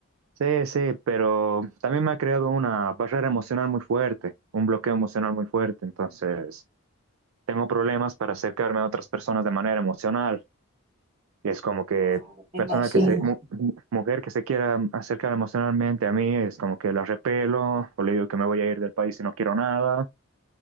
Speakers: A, on the right; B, on the right.
A: sí, sí, pero también me ha creado una barrera emocional muy fuerte, un bloqueo emocional muy fuerte. Entonces... tengo problemas para acercarme a otras personas de manera emocional. Y es como que
B: me Sí.
A: persona
B: imagino.
A: que se, mu- mujer que se quiera acercar emocionalmente a mí, es como que la repelo, o le digo que me voy a ir del país y no quiero nada,